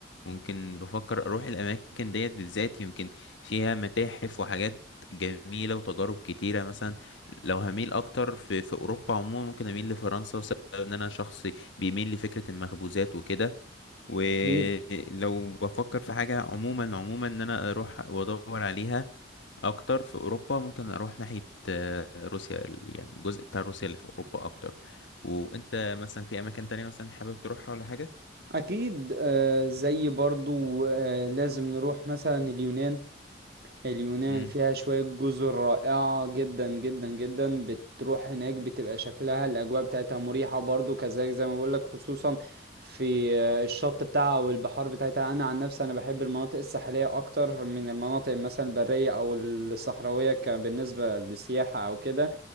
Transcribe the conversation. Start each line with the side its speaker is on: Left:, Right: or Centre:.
Left: ممكن بفكر اروح الاماكن ديت بالذات يمكن فيها متاحف وحاجات جميلة وتجارب كتيرة مثلا لو هميل أكتر في, في أوروبا عموما ممكن أميل لفرنسا وسبب إن أنا شخص بيميل لفكرة المخبوزات وكده ولو
Right: اكيد
Left: بفكر في حاجة عموما عموما إن أنا أروح وأدور عليها اكتر في اوروبا ممكن اروح ناحيه آه، روسيا ال- يعني الجزء بتاع روسيا اللي في اوروبا اكتر وانت مثلا في اماكن تانية مثلا حابب تروحها ولا حاجه
Right: اكيد آه، زي برضو آه، لازم نروح مثلا اليونان اليونان
Left: امم
Right: فيها شوية جزر رائعة جدا جدا جدا بتروح هناك بتبقى شكلها الأجواء بتاعتها مريحة برضو كذلك زي ما بقولك خصوصا في آه، الشط بتاعها أو البحار بتاعتها أنا عن نفسي أنا بحب المناطق الساحلية أكتر من المناطق مثلا البرية أو الصحراوية ك- بالنسبة للسياحة أو كده